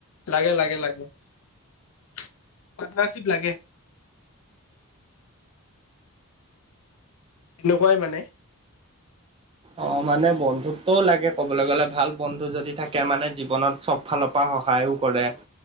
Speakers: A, on the left; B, on the right.
A: লাগে লাগে লাগে। পাৰটনাৰশিপ লাগে। এনেকুৱাই মানে।
B: অ মানে বন্ধুত্বও লাগে ক'বলৈ গ'লে ভাল বন্ধু যদি থাকে মানে জীৱনত চব ফালৰ পৰা সহায়ও কৰে।